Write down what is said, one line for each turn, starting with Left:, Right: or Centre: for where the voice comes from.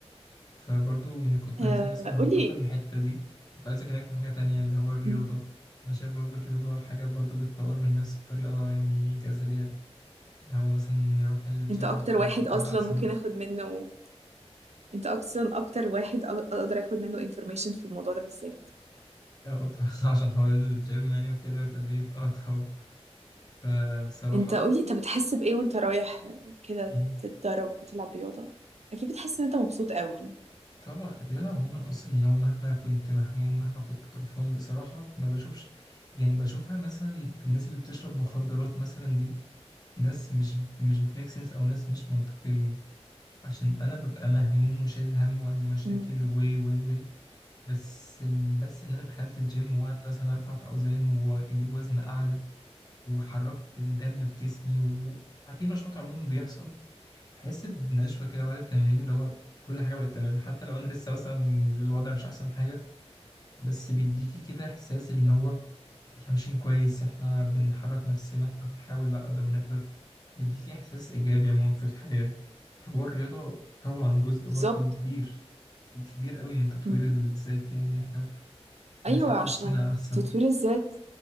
Left: فبرضو إن كنا
Right: آه
Left: عايزين مثلا ننتقل
Right: قولي
Left: من الحتة دي كنت عايز أكلمك في حاجة تانية اللي هو الرياضة
Right: م،
Left: أنا شايف برضو الرياضة حاجة برضو بتطور من نفس بطريقة يعني جذرية اللي هو مثلا نروح الجيم
Right: انت اكتر
Left: نخلي
Right: واحد
Left: شكلنا
Right: اصلا
Left: أحسن
Right: ممكن اخد منه انت اصلا اكتر واحد أ- اقدر اخد منه information في الموضوع ده بالذات
Left: اه طبعا <laughs> عشان حوار الجيم يعني وكده وتدريب اه طبعا فبصراحة
Right: انت قولي انت بتحس بايه وانت رايح كده
Left: مم،
Right: تتدرب وتلعب رياضة اكيد بتحس ان انت مبسوط قوي
Left: طبعا الرياضة عموما أصلا لو مهما كنت مهموم مهما كنت قرفان بصراحة ما بشوفش يعني بشوفها مثلا الناس اللي بتشرب مخدرات مثلا دي ناس مش مش بتميك سنس أو ناس مش منطقيين عشان أنا ببقى مهموم وشايل هم وعندي مشاكل
Right: مم.
Left: و و و بس إن بس إن أنا دخلت الجيم وقعدت مثلا أرفع في أوزان وأجيب وزن أعلى وحركت الدم في جسمي و... في نشاط عموما بيحصل بحس بنشوة كده بعد التمرين اللي هو كل حاجة بقت تمام حتى لو أنا لسه مثلا الوضع مش أحسن حاجة بس بيديكي كده إحساس إن هو إحنا ماشيين كويس إحنا بنحرك نفسنا إحنا بنحاول على قد ما نقدر بيديكي إحساس إيجابي عموما في الحياة فهو الرياضة طبعا جزء
Right: بالظبط
Left: برضو كبير كبير قوي من تطوير
Right: مم.
Left: الذات يعني إن إحنا نخلي
Right: ايوه عشان
Left: نفسنا أحسن
Right: تطوير الذات